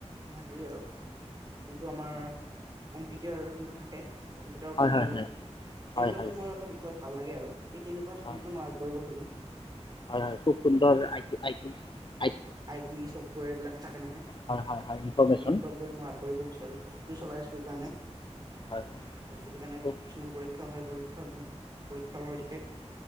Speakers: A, on the right; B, on the left.
A: তোমাৰ হেৰি আৰু যোনটো আমাৰ, কম্পিউটাৰ যোনটো থাকে কম্পিউটাৰ
B: হয়
A: কৰ্মবোৰ,
B: হয় হয়
A: সেইবিলাকত
B: হয় হয়
A: মোৰ এটা বিষয় ভাল লাগে আৰু এই তেনেকুৱা স্থলতে
B: হয়
A: মই আগবাঢ়িব খোজোঁ।
B: হয় হয়, খুব সুন্দৰ আইডি আইডিয়া
A: আইটি ছফ্টেৱেৰ এইবিলাক থাকে নহয়,
B: হয় হয় হয় ইনফৰমেশ্যন
A: তেনেকুৱা বিলাক মই আগবঢ়িব বিচাৰো। প্ৰস্তুতিও চলাই আছো এইকাৰণে
B: হয়
A: প্ৰস্তুতিৰ কাৰণে
B: খুব
A: কিছুমান পৰীক্ষা হয় পৰীক্ষা পৰীক্ষাও হৈ থাকে।